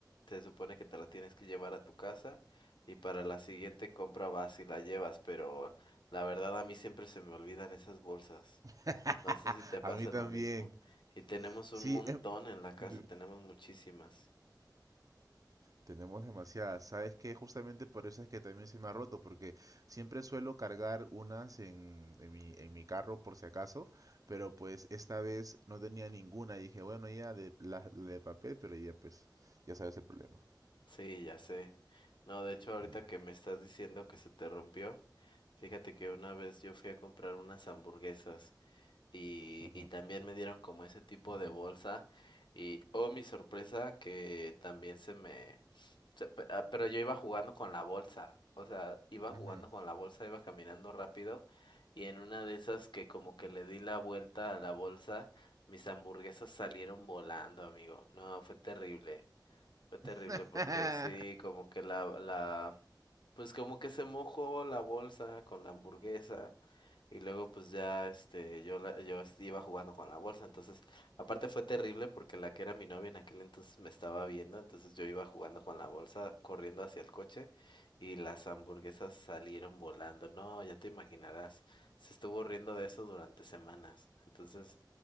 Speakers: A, on the left; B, on the right.
A: se supone que te la tienes que llevar a tu casa y para la siguiente compra vas y la llevas, pero la verdad a mí siempre se me olvidan esas bolsas.
B: <laughs>
A: No sé si te pasa
B: A mí también.
A: lo mismo. Y tenemos
B: Sí,
A: un montón
B: em,
A: en la casa,
B: de-
A: tenemos muchísimas.
B: tenemos demasiadas. ¿Sabes qué? Justamente por eso es que también se me ha roto, porque siempre suelo cargar unas en, en mi, en mi carro por si acaso, pero pues esta vez no tenía ninguna. y Dije, bueno, ya de, la, la de papel, pero ya pues, ya sabes el problema.
A: Sí, ya sé. No, de hecho ahorita
B: Mm,
A: que me estás diciendo que se te rompió, fíjate que una vez yo fui a comprar unas hamburguesas. y,
B: ujú,
A: y también me dieron como ese tipo de bolsa y oh mi sorpresa que también se me se pe- ah, pero yo iba jugando con la bolsa, o sea, iba
B: ujú.
A: jugando con la bolsa, iba caminando rápido y en una de esas que como que le di la vuelta a la bolsa, mis hamburguesas salieron volando, amigo. No, fue terrible. Fue terrible
B: <laughs>
A: porque sí, como que la la pues como que se mojó la bolsa con la hamburguesa. Y luego pues ya este yo la- yo es- iba jugando con la bolsa, entonces aparte fue terrible porque la que era mi novia en aquel entonces me estaba viendo, entonces yo iba jugando con la bolsa corriendo hacia el coche y las hamburguesas salieron volando. No, ya te imaginarás. Se estuvo riendo de eso durante semanas. Entonces,